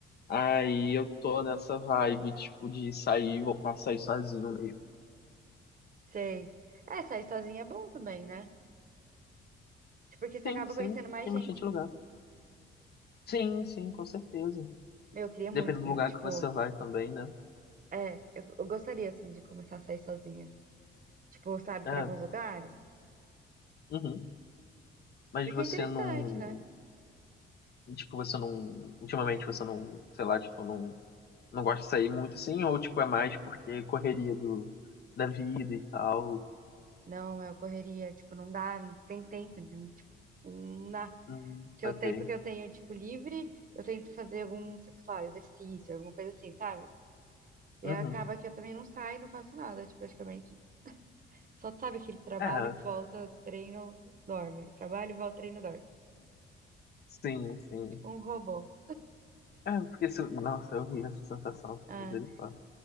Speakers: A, on the left (about 55°); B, on the right (about 45°).
A: Aí eu tô nessa vibe, tipo, de sair, voltar a sair sozinho mesmo.
B: Sei. É, sair sozinha é bom também, né? Tipo, Porque você
A: Sim,
B: acaba
A: sim,
B: conhecendo mais
A: tem
B: gente.
A: bastante lugar. Sim, sim, com certeza.
B: Meu, eu queria
A: Depende
B: muito,
A: do
B: como,
A: lugar
B: tipo,
A: que você vai também, né?
B: é, eu, eu gostaria, assim, de começar a sair sozinha. Tipo, sabe,
A: É.
B: pra alguns lugares.
A: uhum. mas
B: Porque
A: você
B: é interessante,
A: não,
B: né?
A: tipo, você não, ultimamente você não, sei lá, tipo, não, não gosta de sair muito assim, ou tipo, é mais porque correria do, da vida e tal.
B: Não, eu correria, tipo, não dá, não tem tempo, não, tipo, não dá.
A: Hum,
B: que
A: saquei.
B: eu tenho, porque eu tenho, tipo, livre, eu tento fazer algum, sei lá, exercício, alguma coisa assim, sabe? E
A: Uhum.
B: acaba que eu também não saio, não faço nada, tipo, praticamente. Só sabe aquele trabalho,
A: É,
B: volta, treino, dorme. Trabalho, volta, treino, dorme.
A: sim, sim.
B: Tipo um robô.
A: É, porque se, nossa, eu ri essa sensação.
B: Ah,
A: Misericórdia.